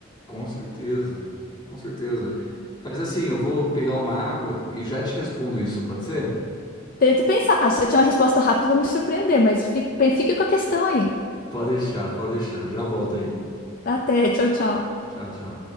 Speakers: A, on the left (about 20°); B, on the left (about 45°).
A: Com certeza, com certeza. Faz assim, eu vou pegar uma água e já te respondo isso, pode ser?
B: Tento pensar. Se eu tiver uma resposta rápida, eu vou me surpreender, mas fi- pe- fica com a questão aí.
A: Pode deixar, pode deixar. Já volto aí.
B: Até, tchau, tchau.
A: Tchau, tchau.